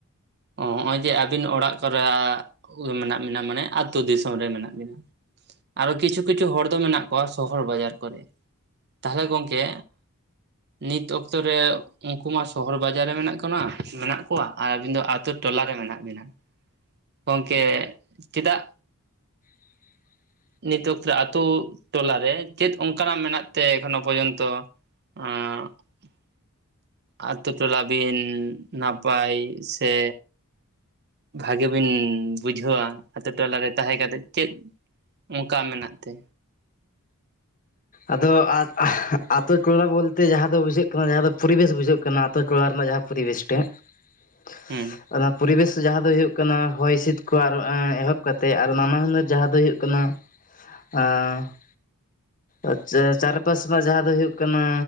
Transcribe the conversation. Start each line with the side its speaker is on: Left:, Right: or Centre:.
Right: ᱚ ᱦᱚᱜᱼᱚᱭ ᱡᱮ ᱟᱹᱵᱤᱱ ᱚᱲᱟᱜ ᱠᱚᱨᱮ ᱢᱮᱱᱟᱜ ᱵᱤᱱᱟ ᱢᱟᱱᱮ ᱟᱹᱛᱩᱳ ᱫᱤᱥᱚᱢ ᱨᱮ ᱢᱮᱱᱟᱜ ᱵᱤᱱᱟ ᱟᱨᱚ ᱠᱤᱪᱷᱩ ᱠᱤᱪᱷᱩ ᱦᱚᱲ ᱫᱚ ᱢᱮᱱᱟᱜ ᱠᱚᱣᱟ ᱥᱚᱦᱚᱨ ᱵᱟᱡᱟᱨ ᱠᱚᱨᱮ ᱛᱟᱦᱚᱞᱮ ᱜᱚᱝᱠᱮ ᱱᱤᱛ ᱚᱠᱛᱚ ᱨᱮ ᱩᱱᱠᱩ ᱢᱟ ᱥᱚᱦᱚᱨ ᱵᱟᱡᱟᱨ ᱨᱮ ᱢᱮᱱᱟᱜ ᱠᱚᱱᱟ ᱢᱮᱱᱟᱜ ᱠᱚᱣᱟ ᱟᱨ ᱟᱹᱵᱤᱱ ᱫᱚ ᱛᱳ ᱴᱚᱞᱟ ᱨᱮ ᱢᱮᱱᱟᱜ ᱵᱤᱱᱟ ᱜᱚᱢᱝᱠᱮ ᱪᱮᱫᱟᱜ
Left: <inaudible>
Right: ᱱᱤᱛᱳ ᱟᱠᱛᱮ ᱨᱮ ᱟᱹᱛᱩ ᱴᱞᱟᱨᱮ ᱪᱮᱫ ᱚᱱᱠᱟᱱᱟᱜ ᱢᱮᱱᱟᱜ ᱛᱮ ᱠᱷᱚᱱᱳ ᱯᱚᱨᱡᱚᱱᱛᱚ? ᱟᱨ <inaudible> ᱟᱛᱳ ᱴᱚᱞᱟ ᱵᱤᱱ ᱱᱟᱯᱟᱭ ᱥᱮ ᱵᱷᱟᱜᱤ ᱵᱤᱱ ᱵᱩᱡᱷᱟᱹᱣᱟ ᱟᱛᱳ ᱴᱚᱞᱟᱨᱮ ᱛᱟᱦᱮᱸ ᱠᱟᱛᱮᱫ ᱪᱮᱫ ᱚᱱᱠᱟ ᱢᱮᱱᱟᱜ ᱛᱮ
Left: ᱟᱫᱚ ᱟᱛᱳ ᱴᱚᱞᱟ ᱵᱚᱞᱛᱮ ᱡᱟᱦᱟᱸ ᱫᱚ ᱵᱩᱡᱷᱟᱹᱜ ᱠᱟᱱᱟ ᱡᱟᱦᱟᱸ ᱫᱚ ᱯᱚᱨᱤᱵᱮᱥ ᱵᱩᱡᱷᱟᱹᱜ ᱠᱟᱱᱟ ᱟᱛᱳ ᱴᱚᱞᱟ ᱨᱮᱱᱟᱜ ᱡᱟᱦᱟᱸ ᱯᱚᱨᱤᱵᱮᱥ ᱴᱟ <unintelligible>
Right: ᱦᱮᱸ
Left: ᱚᱱᱟ ᱯᱚᱨᱤᱵᱮᱥ ᱡᱟᱦᱟᱸ ᱫᱚ ᱦᱩᱭᱩᱜ ᱠᱟᱱᱟ ᱦᱚᱭ ᱦᱤᱸᱥᱤᱫ ᱠᱚ ᱟᱨ ᱮᱦᱚᱵ ᱠᱟᱛᱮᱜ ᱟᱨ ᱱᱟᱱᱟ ᱦᱩᱱᱟᱹᱨ ᱡᱟᱦᱟᱸ ᱫᱚ ᱦᱩᱭᱩᱜᱜ ᱠᱟᱱᱟ ᱟ <inaudible> ᱟᱪᱪ ᱪᱟᱨᱯᱟᱥ ᱨᱮᱱᱟᱜ ᱡᱟᱦᱟᱸ ᱫᱚ ᱦᱩᱭᱩᱜ ᱠᱟᱱᱟ